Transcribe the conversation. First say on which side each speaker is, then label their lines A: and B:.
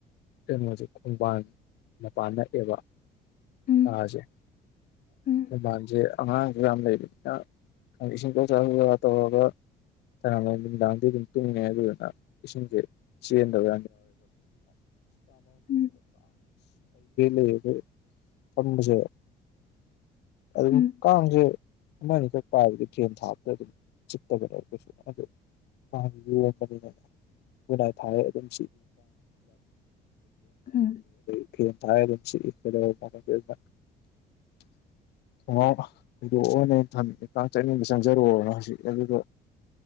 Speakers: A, on the left (about 80°); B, on the left (about 55°).
A: ꯀꯩꯅꯣꯁꯦ ꯈꯣꯡꯕꯥꯟ ꯃꯄꯥꯟ ꯅꯛꯑꯦꯕ
B: ꯎꯝ
A: ꯊꯥꯁꯦ
B: ꯎꯝ
A: ꯈꯣꯡꯕꯥꯟꯁꯦ ꯑꯉꯥꯡꯁꯨ ꯌꯥꯝ ꯂꯩꯅꯤꯅ <unintelligible> ꯇꯧꯔꯒꯥ ꯅꯨꯡꯗꯥꯡꯗꯤ ꯑꯗꯨꯝ ꯇꯨꯡꯉꯦ ꯑꯗꯨꯗꯨꯅ ꯏꯁꯤꯡꯁꯦ ꯆꯦꯟꯗꯕ
B: ꯎꯝ
A: ꯌꯥꯅꯦ꯫ <unintelligible> ꯐꯝꯕꯁꯦ ꯑꯗꯨꯝ
B: ꯎꯝ
A: ꯀꯥꯡꯁꯦ, ꯑꯃ ꯑꯅꯤꯈꯛ ꯄꯥꯏꯕꯗꯤ ꯐꯦꯟ ꯊꯥꯕꯗ ꯑꯗꯨꯝ ꯆꯤꯛꯇꯕꯅꯦ ꯀꯩꯁꯨ ꯑꯗꯨ, ꯀꯥꯡ ꯌꯣꯝꯕꯅꯤꯅ ꯒꯨꯠꯇꯠ ꯊꯥꯔꯦ ꯑꯗꯨꯝ꯫
B: ꯎꯝ
A: <unintelligible> <unintelligible> ꯈꯣꯡꯅꯥꯎ ꯍꯣꯏꯗꯣꯛꯑꯣꯅ ꯑꯩꯅ ꯊꯝꯃꯤꯁꯦ ꯀꯥꯡ ꯆꯪꯅꯤꯡꯕ ꯆꯪꯖꯔꯣꯅ ꯍꯨꯖꯤꯛ ꯑꯗꯨꯒ